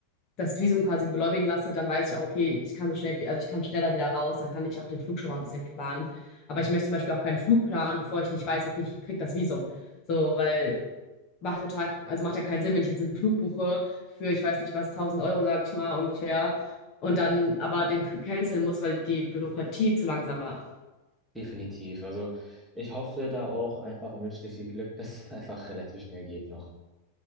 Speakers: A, on the left; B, in the centre.
A: das Visum quasi beglaubigen lasse, dann weiß ich auch, okay, ich kann so schnell, also ich kann schneller wieder raus, dann kann ich auch den Flug schon mal ein bisschen planen. Aber ich möchte zum Beispiel auch keinen Flug planen, bevor ich nicht weiß, okay, ich krieg das Visum. So, weil macht der Tag, also macht ja keinen Sinn, wenn ich jetzt einen Flug buche für, ich weiß nicht was, tausend Euro, sage ich mal, ungefähr, und dann aber den canceln muss, weil die Bürokratie zu langsam war.
B: Definitiv. Also ich hoffe da auch einfach und wünsche dir viel Glück, <laughs> dass es einfach relativ schnell geht noch.